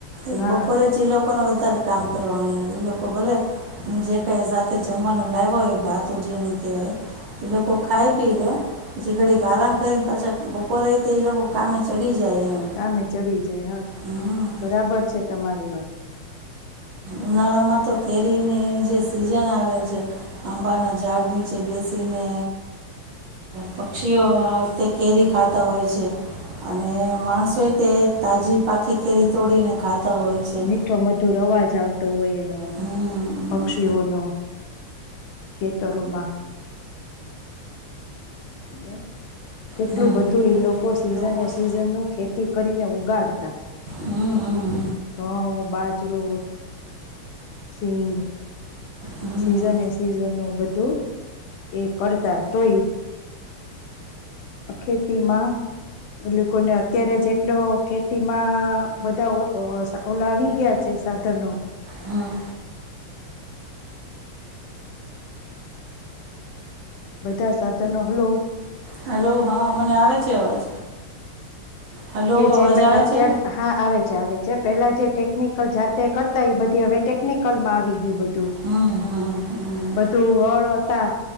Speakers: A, on the right; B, on the left.
A: એ
B: હા
A: બપરે જે લોકોક. લોકોને વધારે કામ કરવાનું એ લોકો ભલે જે કાંઈ સાથે જમવાનું લાવવાય એ ભાતું જેને કહેવાય એ લોકો ખાઈ પી લે પછી ઘડીક આરામ કરીને. પાછા બપોરે તો એ લોકો કામે ચડી જાય. એમ
B: કામે ચડી જાય
A: હમ
B: બરાબર છે તમારે. ધન્યવાદ.
A: ઉનાળામાં તો કેરીની એની જે સીઝન આવે છે આંબાના ઝાડ નીચે બેસીને પક્ષીઓ આ રીતે કેરી ખાતા હોય છે અને માણસોએ તે તાજી પાખી કેરી તોડીને ખાત. તવાય છે.
B: મીઠો મધુર અવાજ આવતો હોય એ.
A: હમ
B: પક્ષીઓ ન. કે તરમા. અને. કેટલું
A: હમ
B: બધું ઈ લોકો સીઝન
A: લોકો
B: એ
A: છે.
B: સિઝન નું ખેતી. કરીને ઉગાડતા.
A: હમ હમ
B: ક ઈ બાજ અજરો સિંઘ.
A: હમ
B: સિઝને સિઝન ન બધું એ કરતા તોય. ખેતીમાં એ લોકોને અત્યારે જેટલો ખેતીમાં બધા ઓલા આવી ગયા છે સાધનો.
A: હમ
B: બધા સાધનો હલો.
A: હલો હા મને આવે છે અવાજ. હલો
B: કે જે
A: અવાજ
B: પેલા
A: આવે
B: અત્ય્યારે
A: છે
B: હા આવે છે આવે છે. જે પેલા જે ટેકનિકલ જાતે કરતા એ બધી હવે ટેકનિકલમાં આવી ગયું બધું.
A: હમ હમ હમ
B: <inaudible>
A: હમ
B: બધું હળ હતા.